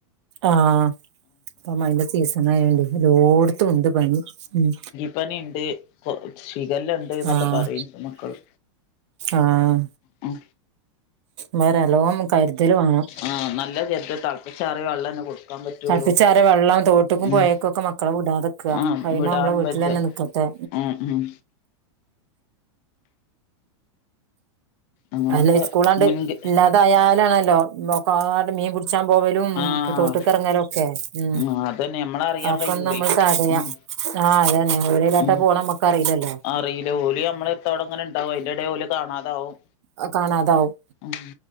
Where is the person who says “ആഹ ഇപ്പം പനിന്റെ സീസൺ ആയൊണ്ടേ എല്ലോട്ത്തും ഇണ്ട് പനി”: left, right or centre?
Right